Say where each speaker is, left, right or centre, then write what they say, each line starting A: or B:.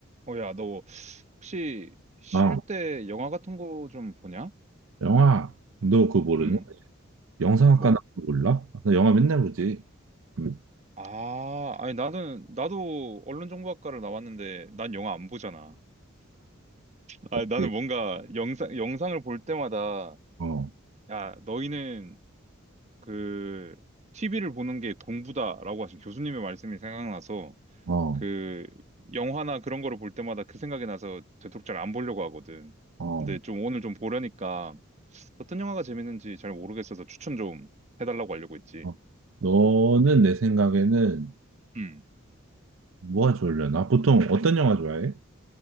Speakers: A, on the right (about 35°); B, on the right (about 75°).
A: 어, 야, 너 혹시 쉴
B: 아,
A: 때 영화 같은 거 좀 보냐?
B: 영화, 너 그거 모르냐?
A: 응
B: 영상학과
A: 뭐?
B: 나 그거 몰라? 나 영화 맨날 보지. 응,
A: 아, 아니 나는 나도 언론정보학과를 나왔는데 난 영화 안 보잖아. 아,
B: 맞지?
A: 나는 뭔가 영상 영상을 볼 때마다
B: 어,
A: 야, 너희는 그 TV를 보는 게 공부다라고 하신 교수님의 말씀이 생각나서
B: 어,
A: 그 영화나 그런 거를 볼 때마다 그 생각이 나서 되도록 잘 안 보려고 하거든.
B: 어,
A: 근데 좀 오늘 좀 보려니까 어떤 영화가 재밌는지 잘 모르겠어서 추천 좀 해달라고 하려고 했지.
B: 어. 너는 내 생각에는
A: 음.
B: 뭐가 좋으려나? 보통 어떤 영화 좋아해?